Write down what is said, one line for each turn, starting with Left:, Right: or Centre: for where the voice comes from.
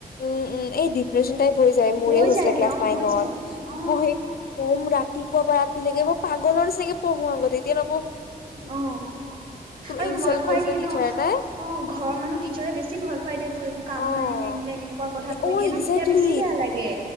Left: উম উম এই ডিপ্ৰেশচন টাইপ হৈ যায় মোৰে
Right: হৈ
Left: হৈছিলে
Right: যায়গে
Left: ক্লাছ
Right: অ
Left: নাইনত
Right: হৈ যায় অ
Left: মই কম ৰাতিপুৱা পা ৰাতি লৈকে মই পাগলৰ নিচিনাকে পঢ়ো আগতে এতিয়া ন
Right: অ আৰু
Left: ইনচাল্ট
Right: ভয় খুৱাই
Left: কৰিছিলে
Right: দিয়ে
Left: টিচাৰ
Right: ন অ
Left: এটাই
Right: ঘৰৰ মানুহে টিচাৰে বেছি ভয় খুৱাই দিয়ে তোৰ একো কাম
Left: অ'।
Right: নাই হেঙ তেন এনেকুৱা কথা কৈ
Left: অ',
Right: দিয়ে
Left: একজেক্টলি
Right: ন তেতিয়া বেছি বেয়া লাগে